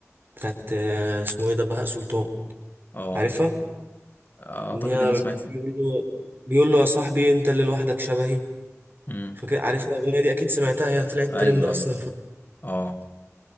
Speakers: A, on the right; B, on the left.
A: بتاعت آه، اسمه ايه ده بهاء سلطان
B: اه
A: عارفها
B: أعتقد
A: اللي هي
B: إن أنا سمعت
A: بيقول له بيقول له يا صاحبي انت اللي لوحدك شبهي
B: مم.
A: فاكر عارف الأغنية دي أكيد سمعتها هي طلعت
B: أيوه
A: ترند أصلا
B: أيوه
A: الفترة
B: اه